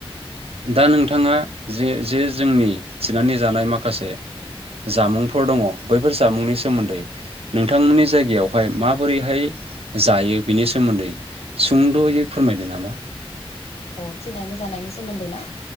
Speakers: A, on the right; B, on the left.
A: दा नोंथाङा जे-जे जोंनि थिनानै जानाय माखासे जामुंफोर दङ बैफोर जामुंनि सोमोन्दै नोंथांमोननि जायगायावहाय माबोरैहाय जायो बिनि सोमोन्दै सुंद'यै फोरमायदो नामा?
B: अ थिनायनि जानायनि सोमोन्दै ना?